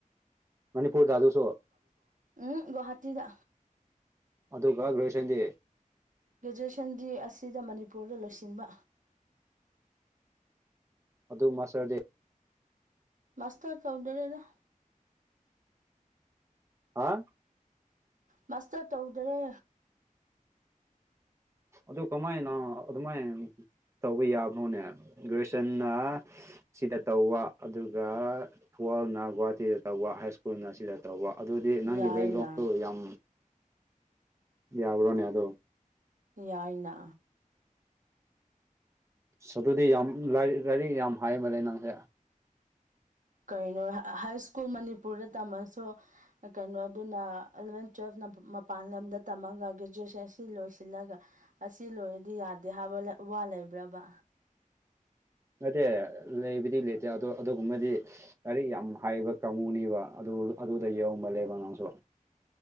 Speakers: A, on the right (about 20°); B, on the right (about 65°).
A: ꯃꯅꯤꯄꯨꯔꯗ ꯑꯗꯨꯁꯨ
B: ꯑꯗꯨꯁꯨ <unintelligible> ꯎꯝꯍꯨꯝ ꯒꯨꯋꯥꯍꯥꯇꯤꯗ
A: ꯑꯗꯨꯒ ꯒꯔꯦꯖꯨꯑꯁꯟꯗꯤ
B: ꯒ꯭ꯔꯦꯖꯨꯌꯦꯁꯟꯒꯤ ꯑꯁꯤꯗ ꯃꯅꯤꯄꯨꯔꯗ ꯂꯣꯏꯁꯤꯟꯕ
A: ꯑꯗꯨ ꯃꯥꯁꯇꯔꯗꯤ
B: ꯃꯥꯁꯇꯔ ꯇꯧꯗꯔꯦꯗ
A: ꯍꯥ
B: ꯃꯥꯁꯇꯔ ꯇꯧꯗꯔꯦ
A: ꯑꯗꯨ ꯀꯃꯥꯏꯅ ꯑꯗꯨꯃꯥꯏꯅ ꯇꯧꯕ ꯌꯥꯕꯔꯣꯅꯦ ꯒ꯭ꯔꯦꯖꯨꯌꯦꯁꯟꯅ ꯁꯤꯗ ꯇꯧꯕ ꯑꯗꯨꯒ ꯊꯋꯥꯜ ꯒꯨꯍꯥꯇꯤꯗ ꯇꯧꯕ ꯍꯥꯏ ꯁ꯭ꯀꯨꯜꯅ ꯑꯁꯤꯗ ꯇꯧꯕ ꯑꯗꯨꯗꯤ
B: ꯌꯥꯏꯅ
A: ꯅꯪꯒꯤ ꯕꯦꯛꯒ꯭ꯔꯥꯎꯟꯗꯨ ꯌꯥꯝ ꯌꯥꯕ꯭ꯔꯣꯅꯦ ꯑꯗꯨ
B: ꯌꯥꯏꯅ
A: ꯑꯁ ꯑꯗꯨꯗꯤ ꯌꯥꯝ ꯂꯥꯏꯔꯤꯛ ꯔꯥꯏꯔꯤꯛ ꯌꯥꯝ ꯍꯥꯏ ꯃꯥꯜꯂꯦ ꯅꯪꯁꯦ
B: ꯀꯔꯤꯅꯣ ꯍꯥꯏ ꯁ꯭ꯀꯨꯜ ꯃꯅꯤꯄꯨꯔꯗ ꯇꯝꯃꯁꯨ ꯀꯩꯅꯣꯗꯨꯅ ꯑꯦꯂꯕꯦꯟ ꯇꯨꯋꯦꯜꯐ ꯅ ꯃ ꯄꯥꯟ ꯂꯝꯗ ꯇꯝꯃꯒ ꯒ꯭ꯔꯦꯖꯨꯑꯦꯁꯟ ꯑꯁꯤ ꯂꯣꯏꯁꯤꯜꯂꯒ ꯑꯁꯤ ꯂꯣꯏꯔꯗꯤ ꯌꯥꯗꯦ ꯍꯥꯏꯕ ꯋꯥ ꯂꯩꯕ꯭ꯔꯕ
A: ꯅꯠꯇꯦ ꯂꯩꯕꯗꯤ ꯂꯩꯇꯦ ꯑꯗꯣ ꯑꯗꯨꯒꯨꯝꯃꯗꯤ ꯂꯔꯤꯛ ꯌꯥꯝ ꯍꯥꯏꯕ ꯀꯥꯡꯉꯨꯅꯤꯕ ꯑꯗꯨ ꯑꯗꯨꯗ ꯌꯧꯕꯜꯂꯦꯕ ꯅꯥꯡꯁꯨ